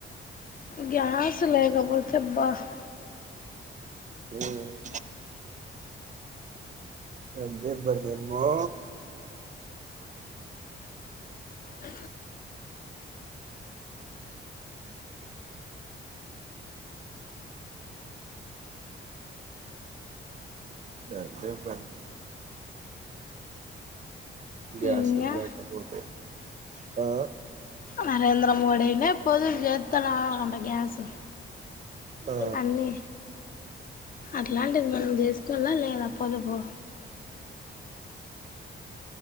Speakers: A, on the left; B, on the right.
A: గ్యాస్ త్ లేకపోతే బాస్
B: ఉమ్ అదే బధే మ్మో
A: అ
B: అదే బన్న గ్యాస్
A: ఇంగా
B: ఉ లేకపోతే ఆ
A: నరేంద్ర మోడినే పొదు జతునా అంట గ్యాసు
B: ఆ
A: అన్నీ అట్లాంటిది మనం చేసుకోలా లేదా పొదుపు